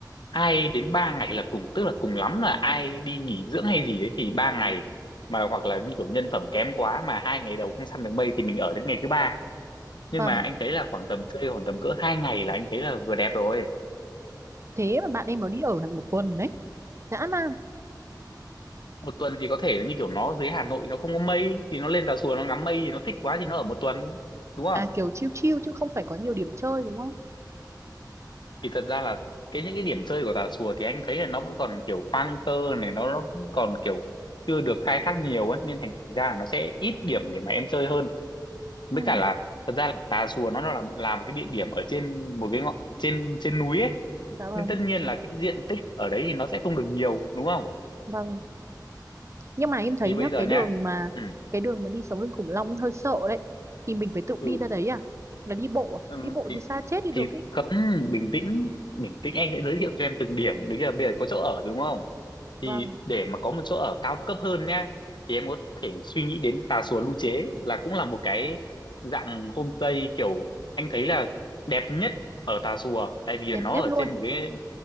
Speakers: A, on the left (about 80°); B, on the right (about 40°).
A: hai đến ba ngày là cùng tức là cùng lắm là ai đi nghỉ dưỡng hay gì đấy thì ba ngày mà hoặc là như kiểu nhân phẩm kém quá mà hai ngày đầu không săn được mây thì mình ở đến ngày thứ ba nhưng
B: Vâng.
A: mà anh thấy là khoảng tầm chơi khoảng tầm cỡ hai ngày là anh thấy là vừa đẹp rồi
B: Thế mà bạn em nó đi ở hẳn một tuần đấy. Dã man.
A: một tuần thì có thể là như kiểu nó dưới Hà Nội nó không có mây thì nó lên Tà Xùa nó ngắm mây thì nó thích quá thì nó ở một tuần đúng không
B: À kiểu chill chill chứ không phải có nhiều điểm chơi đúng không?
A: thì thật ra là cái những cái điểm chơi của Tà Xùa thì anh thấy là nó vẫn còn kiểu hoang sơ này nó, nó cũng còn kiểu chưa được khai thác nhiều ấy nên thành ra là nó sẽ ít điểm để mà em chơi hơn với
B: Ừ,
A: cả là thật ra là Tà Xùa nó là là một cái địa điểm ở trên một cái ngọn trên trên núi ấy
B: dạ vâng.
A: nên tất nhiên là cái diện tích ở đấy thì nó sẽ không được nhiều đúng không
B: Vâng. nhưng mà em thấy
A: thì bây
B: nhá
A: giờ
B: cái
A: nhá
B: đường mà
A: ừ,
B: cái đường mà đi sống lưng khủng long ấy hơi sợ đấy thì mình phải tự
A: ừ
B: đi ra đấy à là đi bộ à
A: Ừ,
B: đi bộ
A: thì
B: thì xa chết đi được
A: thì
B: ấy
A: không bình tĩnh bình tĩnh anh sẽ giới thiệu cho em từng điểm đấy là bây giờ có chỗ ở đúng không thì
B: vâng
A: để mà có một chỗ ở cao cấp hơn nhá thì em có thể suy nghĩ đến Tà Xùa Lưu Chế là cũng là một cái dạng homestay kiểu anh thấy là đẹp nhất ở Tà Xùa tại vì là
B: đẹp
A: nó
B: nhất
A: ở
B: luôn
A: trên một cái